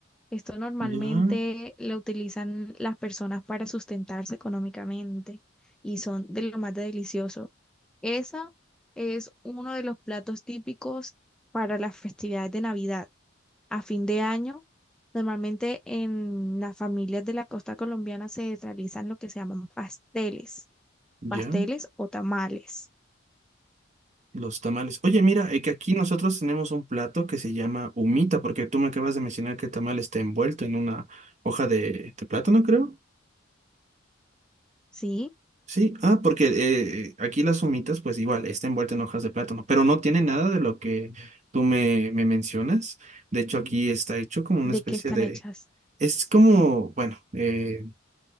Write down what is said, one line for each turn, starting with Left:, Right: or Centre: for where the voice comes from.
Centre: Esto normalmente
Right: Ya,
Centre: lo utilizan las personas para sustentarse económicamente y son de lo más delicioso. Esa es uno de los platos típicos para las festividades de Navidad. A fin de año, normalmente en las familias de la costa colombiana se realizan lo que se llaman pasteles,
Right: ya,
Centre: pasteles o tamales,
Right: los tamales. Oye, mira, eh, que aquí nosotros tenemos un plato que se llama humita, porque tú me acabas de mencionar que el tamal está envuelto en una hoja de, de plátano, creo.
Centre: ¿sí?
Right: Sí, ah, porque eh, eh, aquí las humitas, pues igual, está envuelta en hojas de plátano, pero no tiene nada de lo que tú me, me mencionas. De hecho, aquí está hecho como una
Centre: ¿De
Right: especie
Centre: qué están
Right: de,
Centre: hechas?
Right: es como, bueno, eh,